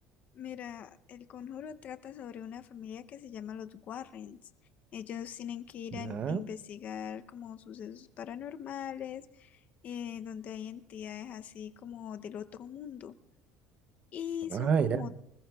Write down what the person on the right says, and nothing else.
Ya.
Ah,
ya.